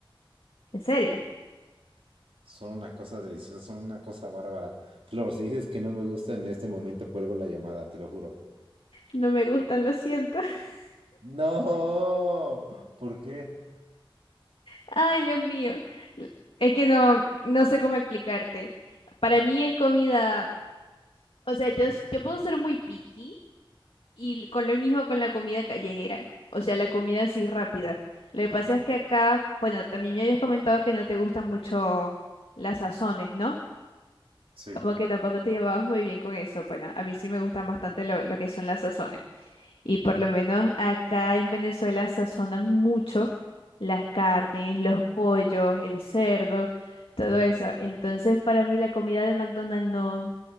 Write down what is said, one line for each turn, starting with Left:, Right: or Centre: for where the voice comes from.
Left: ¿En serio?
Right: Son una cosa deliciosa, son una cosa bárbara. Flor, si dices que no me gusta en este momento, cuelgo la llamada, te lo juro.
Left: No me gustan, lo siento. <laughs>
Right: No, ¿por qué?
Left: Ay, Dios mío. Es que no, no sé cómo explicarte. Para mí es comida, o sea, yo, s- yo puedo ser muy picky y con lo mismo con la comida callejera, o sea, la comida así rápida. Lo que pasa es que acá, bueno, también me habías comentado que no te gustan mucho las sazones, ¿no?
Right: Sí.
Left: Como que tampoco te llevabas muy bien con eso. Bueno, a mí sí me gustan bastante lo, lo que son las sazones. Y por lo menos acá en Venezuela sazonan mucho las carnes, los pollos, el cerdo, todo eso. Entonces, para mí la comida de McDonald's no,